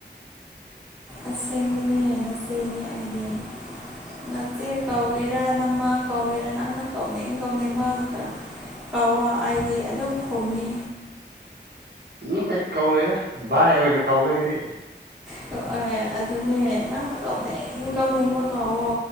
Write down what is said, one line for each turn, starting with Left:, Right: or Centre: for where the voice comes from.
Centre: ꯑꯁꯦꯡꯕꯅꯦ ꯅꯆꯦꯅꯦ ꯑꯩꯗꯤ ꯅꯆꯦ ꯀꯧꯒꯦꯔꯥ ꯅꯃꯥ ꯀꯧꯒꯦꯔꯥ ꯅꯪꯅ ꯀꯧꯅꯤꯡꯕ ꯃꯤꯡ ꯑꯃ ꯀꯧꯋꯣ ꯑꯩꯗꯤ ꯑꯗꯨꯝ ꯈꯨꯝꯅꯤ
Right: ꯎꯝ ꯑꯩꯗꯤ ꯀꯧꯗꯦꯗ ꯚꯥꯏ ꯑꯣꯏꯅ ꯀꯧꯏ ꯑꯩꯗꯤ
Centre: ꯀꯧꯋꯣ ꯑꯗꯨꯅꯦ ꯅꯪꯅ ꯀꯧꯅꯤꯡ ꯀꯧꯅꯤꯡꯕ ꯀꯧꯋꯣ